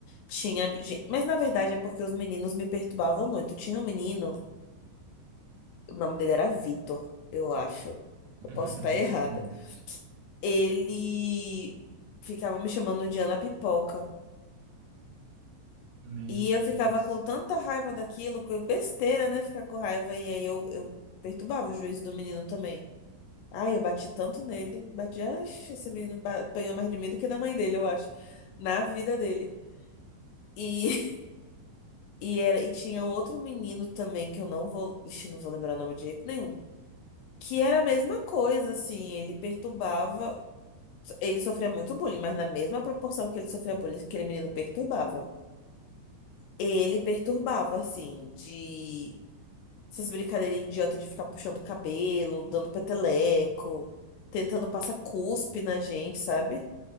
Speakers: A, on the left; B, on the right.
A: tinha. ge- Mas na verdade é porque os meninos me perturbavam muito. Tinha um menino, o nome dele era Vitor, eu acho.
B: <laughs>
A: Eu posso estar errada.
B: Hum.
A: Ele ficava me chamando de Ana Pipoca.
B: Meu
A: E
B: Deus.
A: eu ficava com tanta raiva daquilo, que besteira, né? Ficar com raiva. E aí eu, eu perturbava o juízo do menino também. Ai, eu bati tanto nele. Bati, ai, esse menino ba- apanhou mais de mim do que da mãe dele, eu acho. Na vida dele. E, <laughs> e, era, e tinha um outro menino também, que eu não vou. Ixi, não vou lembrar o nome de jeito nenhum. Que era a mesma coisa, assim. Ele perturbava. Ele sofria muito bullying, mas na mesma proporção que ele sofria bullying, aquele menino perturbava. Ele perturbava, assim, de. Essas brincadeirinhas idiota de ficar puxando o cabelo, dando peteleco, tentando passar cuspe na gente, sabe?